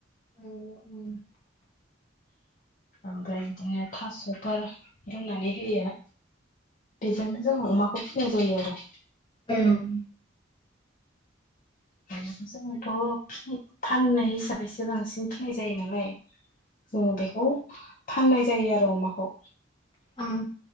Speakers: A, on the left; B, on the left.
A: उम उम
B: ओमफ्राय बिदिनो थास'फोर रुनानै होयो बेजोंनो जों अमाखौ नाय जायो आरो
A: उम
B: जोंथ' फाननाय हिसाबैसो बांसिन फिनाय जायो नालाय जों बेखौ फाननाय जायो आरो अमाखौ
A: उम